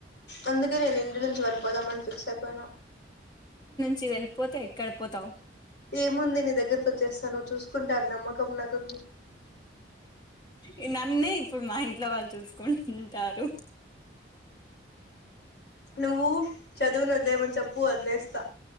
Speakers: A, on the left; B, on the left.
A: అందుకే నేను ఇంటి నుంచి వెళ్ళిపోదామని ఫిక్ అయిపోయినా
B: చి వెళ్ళిపోతే ఎక్కడకు పోతావు
A: ఏముంది నీ దగ్గరకి వచ్చేస్తాను నువ్ చూసుకుంటావని నమ్మకం నాకుంది
B: ఇ నన్నే ఇప్పుడు మా ఇంట్లో వాళ్ళు చూసుకుంటుంటారు
A: నువ్వు చదువుని వదిలేమని చెప్పు వదిలేస్తా